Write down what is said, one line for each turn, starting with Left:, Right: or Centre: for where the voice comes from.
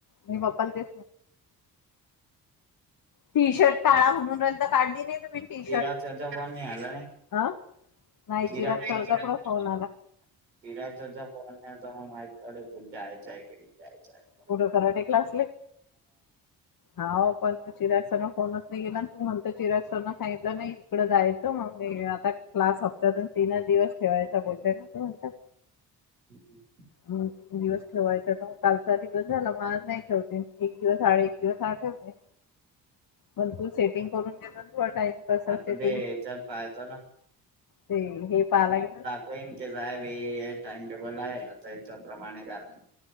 Left: मी बाप्पा ते टी शर्ट
Right: शर्
Left: काढा म्हणून राहिल तर काढली नाही तुम्ही टी
Right: तिरा
Left: शर्ट
Right: चर्चा पण नाही हला नाही
Left: अ नाही
Right: चिराग चर्चा
Left: सरचा कुठं फोन आला
Right: चिराग चर्चा प आणि तला माहित पडे पू जायचय क नाही जायचय
Left: कुठं कराटे क्लासले होा पण चिरागना फोनच नाही गेला ना तू म्हणत चिरागसना सांगितलं नाही तकड जायचं मग मी आता क्लास हप्त्यातून तीनच दिवस ठेवायचा बोलतेय ना त म्हणतात
Right: हं ह
Left: तीन दिवस ठेवायचा तर मग कालचाध ग झाला मग आज नाही ठेवते एक दिवस साडे एक दिवस आठेवते मग तू सेटिंग करून घेत ना तड टाइमपस सेटिंग
Right: आता ते याच्यात पाहतो ना
Left: ते हे पालाय ना
Right: होक साहेब हे टाइम टेबल आहे आता याच्या प्रमाणे कारण